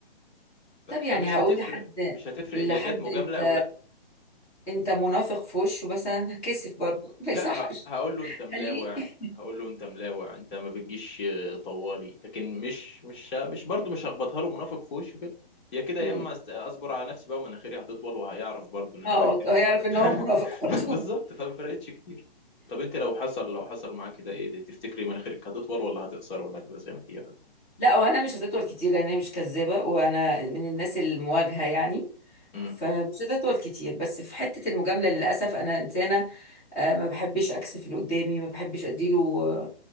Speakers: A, on the left; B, on the left.
A: ف-
B: طب
A: فمش
B: يعني هقول
A: هتفرق
B: لحد
A: مش هتفرق
B: لحد
A: هي جت مجاملة
B: انت
A: او
B: انت منافق في وشه بس انا هكسف برضه <laughs> ما
A: لا
B: يصحش
A: ه- هقول له انت ملاوع
B: خليه <laughs>
A: هقول له انت ملاوع انت ما بتجيش آه، طوالي لكن مش مش مش برضه مش هخبطها له منافق في وشه كده يا كده يا
B: مم.
A: اما است- اصبر على نفسي بقى ومناخيري هتطول وهيعرف برضه ان انا
B: اه
A: بكذب
B: هيعرف ان
A: <laughs>
B: هو منافق برضه
A: بالظبط فما فرقتش كتير طب انت لو حصل لو حصل معاك كده ايه تفتكري مناخيرك هتطول ولا هتقصر ولا هتبقى زي ما هي ولا
B: لا وانا مش هتطول كتير لان انا مش كذابه وانا من الناس المواجهه يعني
A: مم.
B: فمش هتطول كتير بس في حته المجامله للاسف انا انسانه آه، ما بحبش اكسف اللي قدامي ما بحبش اديله آه،